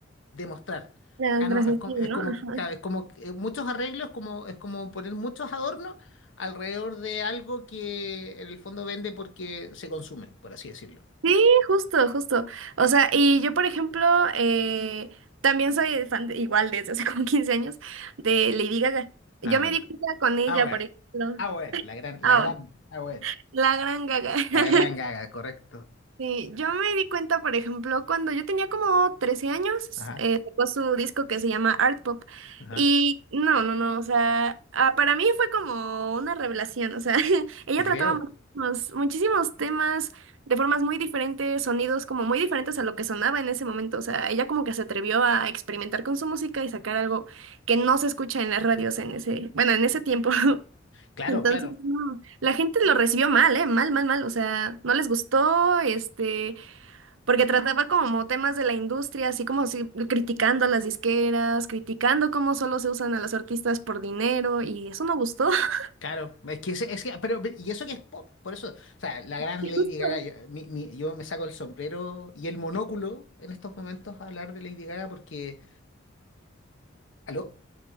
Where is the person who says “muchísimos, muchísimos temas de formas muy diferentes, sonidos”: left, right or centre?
Right